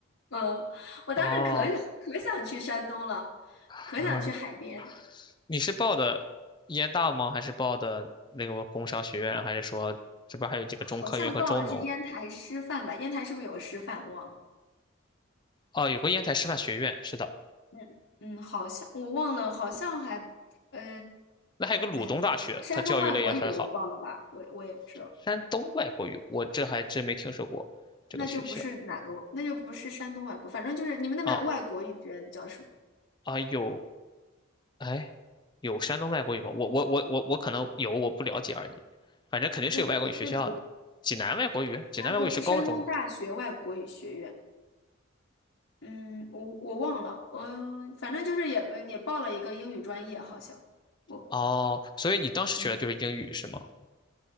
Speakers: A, on the left; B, on the left.
A: 嗯，我当时可想可想去山东了，
B: 哦，<laughs>
A: 可想去海边，
B: 你是报的烟大吗？还是报的那个工商学院？还是说这边还有几个中科院和中农？
A: 好像报的是烟台师范吧？烟台是不是有个师范？忘了，
B: 哦，有个烟台师范学院，是的，
A: 嗯嗯，好像我忘了，好像还，呃，
B: 那还有个鲁东大学，
A: 哎，不知道山东外国语也报了吧？
B: 它教育类也很好。
A: 我我也不知道，
B: 山东外国语，我这还真没听说过这个学校
A: 那就不是哪个，那就不是山东外国，反正就是你们那边外国语学院叫什么？
B: 啊啊，有哎，有山东外国语吗？我我我我我可能有，我不了解而已。反正肯定是有外国语学校的。
A: 对，那那不
B: 济南外国语，济南外国语是高中啊。
A: 山东山东大学外国语学院。嗯，我我忘了，我反正就是也也报了一个英语专业，好像我
B: 哦，所以你当时学的就是英语是吗？
A: 嗯，